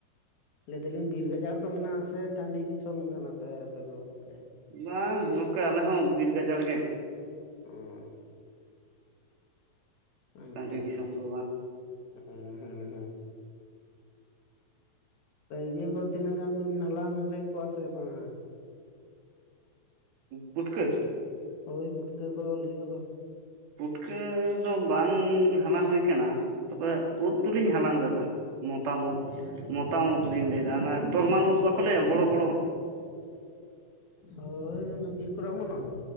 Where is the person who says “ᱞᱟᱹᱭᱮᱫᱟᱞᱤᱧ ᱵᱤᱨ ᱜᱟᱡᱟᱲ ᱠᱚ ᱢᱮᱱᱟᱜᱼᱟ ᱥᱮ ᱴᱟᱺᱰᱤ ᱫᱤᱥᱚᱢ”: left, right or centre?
Left